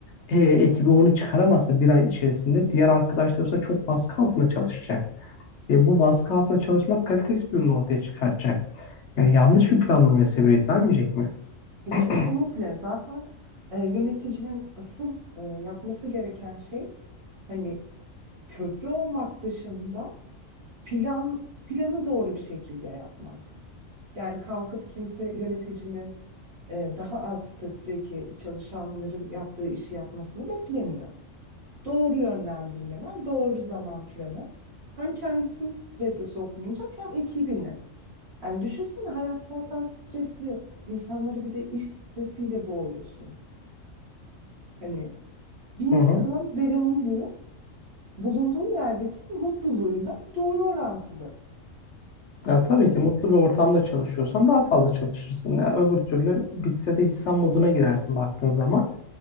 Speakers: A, on the left; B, on the right.
A: E, ekibi onu çıkaramazsa bir ay içerisinde diğer arkadaşları ise çok baskı altında çalışacak. E, bu baskı altında çalışmak kalitesiz bir ürün ortaya çıkartacak. Yani yanlış bir planlamaya sebebiyet vermeyecek mi?
B: E,
A: <clears throat>
B: kesinlikle
A: <laughs>
B: zaten e, yöneticinin asıl e, yapması gereken şey hani köprü olmak dışında plan planı doğru bir şekilde yapmak. Yani kalkıp kimse yöneticinin e, daha alt statüdeki çalışanların yaptığı işi yapmasını beklemiyor. Doğru yönlendirmeler, doğru zaman planı hem kendisini strese sokmayacak hem ekibini. Yani düşünsene hayat zaten stresli. İnsanları bir de iş stresiyle boğuyorsun. Hani bir insanın
A: Hı hı.
B: verimliliği bulunduğu yerdeki mutluluğuyla doğru orantılı. Hani
A: Ya tabii ki mutlu bir ortamda çalışıyorsan daha fazla çalışırsın. Ya öbür türlü bitse de insan moduna girersin baktığın zaman.